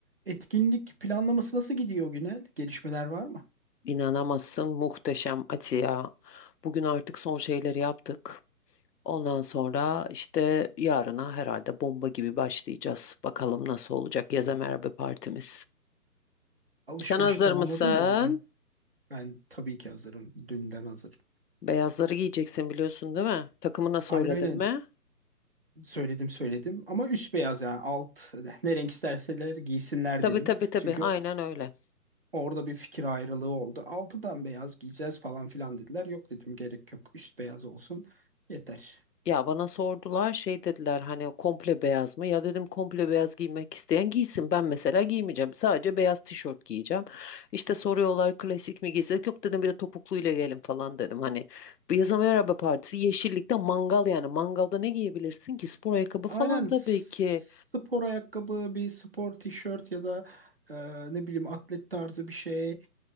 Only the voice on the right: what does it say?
Etkinlik planlaması nasıl gidiyor Günel? Gelişmeler var mı?
Alışverişi
tamamladın
mı bugün? Ben tabii ki hazırım. Dünden hazırım.
Aynen
aynen
söyledim söyledim ama üst beyaz yani alt ne renk isterseler giysinler
dedim.
Çünkü
Orada bir fikir ayrılığı oldu. Altıdan beyaz giyeceğiz falan filan dediler. Yok dedim gerek yok. Üst beyaz olsun. Yeter.
Aynen
s-
spor ayakkabı, bir spor tişört ya da e, ne bileyim atlet tarzı bir şey